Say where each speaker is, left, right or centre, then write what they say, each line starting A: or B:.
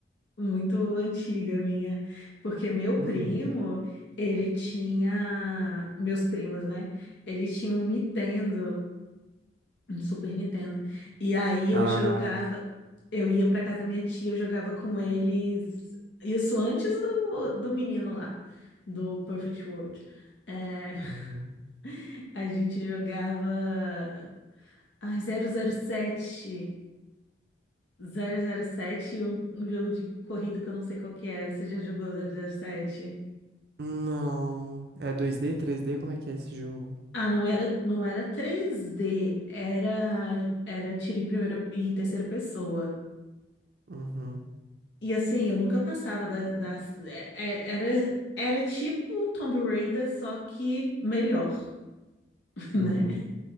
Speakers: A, on the left; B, on the right.
A: muito antiga minha, porque meu primo,
B: Hum.
A: ele tinha, meus primos, né? Ele tinha um Nintendo. no Super Nintendo. E aí
B: Caraca.
A: eu jogava, eu ia pra casa da minha tia, eu jogava com eles, isso antes do, do menino lá, do Perfect World. É,
B: Uhum.
A: <laughs> a gente jogava ai, zero zero zero sete zero zero sete e um, um jogo de corrida que eu não sei qual que era, você já jogou zero zero sete
B: Não. É 2D, 3D? Como é que é esse jogo?
A: Ah, não era, não era três d era, era tiro em primeira, em terceira pessoa.
B: Uhum.
A: E assim, eu nunca passava da, da- é- é- era, era tipo Tomb Raider, só que melhor, <laughs> né?
B: Uhum.